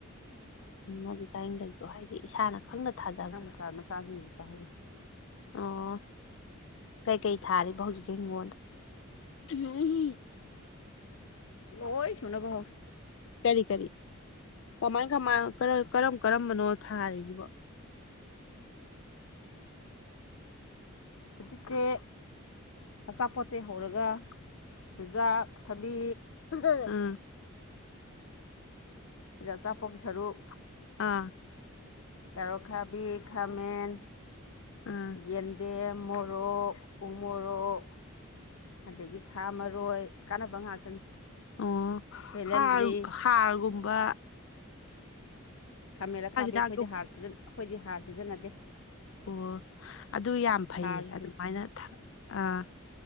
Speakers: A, on the left; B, on the left.
A: ꯅꯖ ꯆꯥꯏꯌꯦꯡꯗꯁꯨ ꯍꯥꯏꯗꯤ ꯏꯁꯥꯅ ꯈꯪꯅ ꯊꯥꯖꯕ
B: ꯆ ꯃꯆꯥꯥꯁꯁꯤꯡꯁꯦꯍꯜꯂꯤ
A: ꯑꯣ ꯀꯩꯀꯩ ꯊꯥꯔꯤꯕ ꯍꯧꯖꯤꯛꯁꯦ ꯍꯤꯡꯒꯣꯜꯗ <unintelligible>
B: ꯂꯣꯏ ꯁꯨꯅꯕ ꯍꯧꯔꯦ
A: ꯀꯔꯤ ꯀꯔꯤ ꯀꯃꯥꯏ ꯀꯃꯥꯏ ꯀꯔ ꯝ ꯀꯔꯝ ꯀꯔꯝꯕꯅꯣ ꯊꯥꯔꯤꯁꯤꯕꯣ
B: ꯍꯧꯖꯤꯛꯁꯦ ꯑꯆꯥꯄꯣꯠꯇꯩ ꯍꯧꯔꯒ ꯆꯨꯖꯥꯛ ꯊꯕꯤ
A: ꯎꯝ
B: ꯑꯆꯥꯄꯣꯠꯀꯤ ꯁꯔꯨꯛ
A: ꯑꯥ <unintelligible>
B: ꯀꯔꯣꯟ ꯑꯈꯥꯕꯤ ꯈꯥꯃꯦꯟ
A: ꯎꯝ
B: ꯌꯦꯟꯗꯦꯝ ꯃꯣꯔꯣꯛ ꯎ ꯃꯣꯔꯣꯛ ꯑꯗꯒꯤ ꯁꯥ ꯃꯔꯣꯏ ꯀꯥꯟꯅꯕ ꯉꯥꯛꯇꯅꯤ
A: ꯑꯣ
B: ꯚꯦꯂꯦꯟꯗ꯭ꯔꯤ
A: ꯍꯥꯔ ꯍꯥꯔꯒꯨꯝꯕ
B: ꯃꯦꯟꯂ ꯊꯕꯤ
A: ꯍꯤꯗꯥꯛ
B: ꯑꯩꯈꯣꯏꯗꯤ ꯍꯥꯔ ꯑꯩꯈꯣꯏꯗꯤ ꯍꯥꯔ ꯁꯤꯖꯤꯟꯅꯗꯦ
A: ꯑꯣ ꯑꯗꯨ ꯌꯥꯝ ꯐꯩ
B: ꯍꯥꯔꯁꯨ
A: ꯑꯗꯨꯃꯥꯏꯅ ꯑꯥ